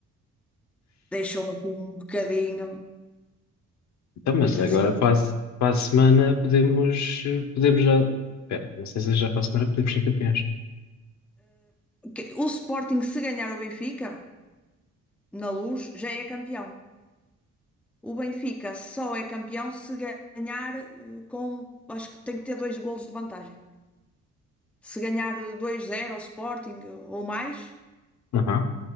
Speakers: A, in the centre; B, on the left (about 60°).
A: Deixou-me aqui um bocadinho,
B: Então, mas
A: assim,
B: agora para a, se- para a semana podemos, eh, podemos já. Espera, não sei se já para a semana podemos ser campeões.
A: que- o Sporting se ganhar o Benfica, na Luz, já é campeão. O Benfica só é campeão se ganhar eh, com, acho que tem que ter dois golos de vantagem. Se ganhar eh, 2 zero ao Sporting ou mais,
B: Aham.